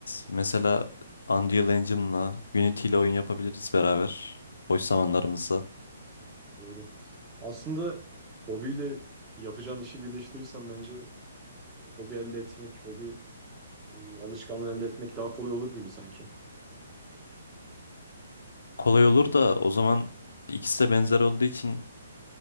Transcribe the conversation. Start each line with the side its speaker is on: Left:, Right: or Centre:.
Left: mesela Unreal Engine'la Unity ile oyun yapabiliriz beraber. Boş zamanlarımızda.
Right: Doğru. Aslında hobiyle yapacağın işi birleştirirsen bence hobi elde etmek, hobi e, alışkanlığı elde etmek daha kolay olur gibi sanki.
Left: Kolay olur da o zaman ikisi de benzer olduğu için